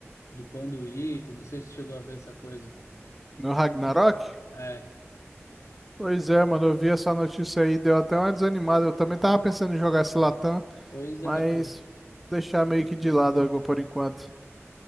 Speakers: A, on the left; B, in the centre.
A: dupando item, não sei se chegou a ver essa coisa.
B: No Ragnarok?
A: É,
B: Pois é, mano, eu vi essa notícia aí, deu até uma desanimada. Eu também tava pensando em jogar esse Latam,
A: Pois
B: mas
A: é, pô.
B: deixar meio que de lado agora por enquanto.